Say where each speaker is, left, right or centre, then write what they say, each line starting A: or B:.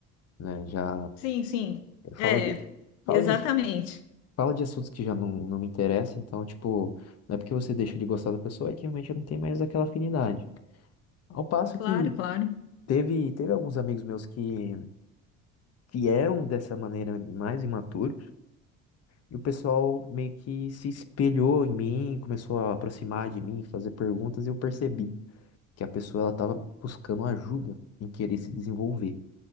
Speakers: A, on the left; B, on the left.
A: né? Já
B: Sim, sim.
A: fala,
B: É,
A: de- fala
B: exatamente.
A: de, fala de assuntos que já não, não me interessam, então, tipo, não é porque você deixa de gostar da pessoa, é que realmente não tem mais aquela afinidade. Ao passo
B: Claro,
A: que
B: claro.
A: teve, teve alguns amigos meus que, que eram dessa maneira mais imaturos, e o pessoal meio que se espelhou em mim, começou a aproximar de mim, fazer perguntas, e eu percebi que a pessoa ela estava buscando ajuda em querer se desenvolver,